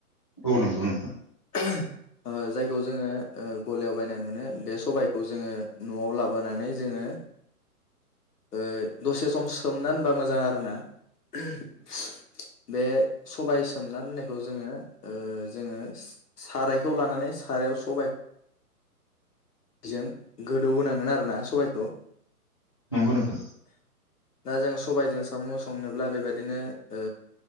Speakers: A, on the left; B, on the left.
A: औ नंगौ नोंथां
B: <unintelligible> ओ जायखौ जोङो गलायाव बायनानै मोनो बे सबायखौ जोङो न'आव लाबोनानै जोङो, ओ दसे सम सोमनान होबा मोजां आरोना? <unintelligible> बे सबाय सोमनान दोननायखौ जोङो ओ जोङो सारायखौ लानानै सारायाव सबाइ, बेजों गोदौ होनोनांगोन आरोना सबायखौ
A: नंगौ नोंथां,
B: दा जों सबायजों साम' संनोब्ला बेबायदिनो ओ